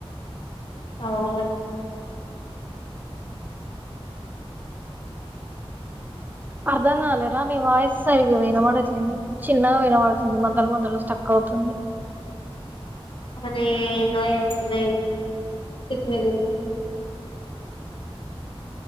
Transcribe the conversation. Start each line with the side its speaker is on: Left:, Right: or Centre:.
Left: ఆవ్ ఉందట
Right: అర్థం కాలేరా నీ వాయిస్ సరిగ్గా వినబడట్లేదు చిన్నగా వినబడుతుంది మధ్యలో మద్యలో స్ట్రక్ అవితుంది
Left: <unintelligible> సిగ్నల్